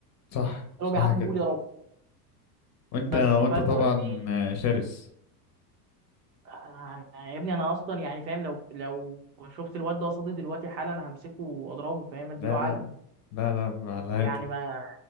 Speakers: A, on the left (about 35°); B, on the right (about 85°).
A: صح
B: قلت
A: صح
B: لهم يا عم
A: كده
B: قول يا رب
A: وانت
B: بس
A: وانت
B: فالمهم
A: طبعا
B: ايه
A: آه، شرس
B: انا أنا- يا ابني انا اصلا يعني فاهم لو لو شفت الواد ده قصادي دلوقتي حالا همسكه واضربه فاهم اديله
A: لا لا
B: علقه
A: لا لا على
B: ما هو
A: هذا
B: يعني ما